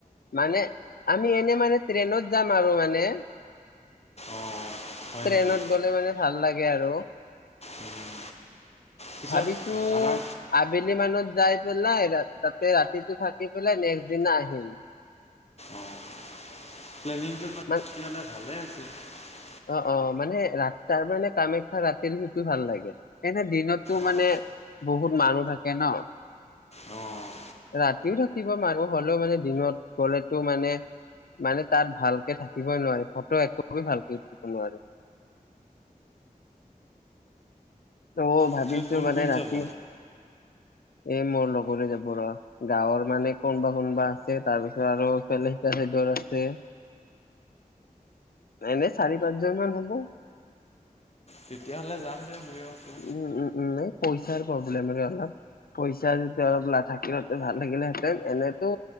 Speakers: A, on the left; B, on the left.
A: মানে, আমি এনে মানে ট্ৰেইনত যাম আৰু মান মানে
B: অঁ হয়
A: ট্ৰেইনত
B: নেকি
A: গ'লে মানে ভাল লাগে আৰু,
B: উম, পিছত
A: ভাবিছো
B: ভাড়া
A: আবেলি মানত যাই পেলাই, তাতে ৰাতিটো থাকি পেলাই, নেক্সট দিনা আহিম।
B: অঁ প্লেনিংটো পতিললে
A: মান
B: ভালে আছে <unintelligible>
A: অ' অ', মানে ৰাতি তাৰ মানে কামাখ্যা ৰাতিৰ ভিউটো ভাল লাগে। এনে দিনততো
B: অঁ
A: মানে বহুত মানুহ থাকে ন।
B: অ'।
A: ৰাতিও থাকিব মাৰব পাৰলো, হ'লেও মানে দিনত গ'লেতো মানে, মানে তাত ভালকে থাকিবই নোৱাৰে, ফটো একপিও ভালকে উঠ ঠিব নোৱাৰে। ত', ভাবিছো
B: পিছত কোন
A: মানে
B: কোন
A: ৰাতি
B: যাব
A: এ মোৰ লগৰে যাব ৰ, গাঁৱৰ মানে কোনবা কোনবা আছে, তাৰ পিছত আৰু ইফালে সিফালে ঘৰ আছে। এনেই চাৰি পাঁচজন মান হ'ব।
B: তেতিয়া হ'লে যাম। দিয়া ময়ো আকৌ।
A: উম উম-উম। পইচাৰ প্ৰব্লেম মানে অলপ, পইচা যেতিয়া লা-থাকিলে হয় ভাল লাগিলে হেঁতেন, এনেইটো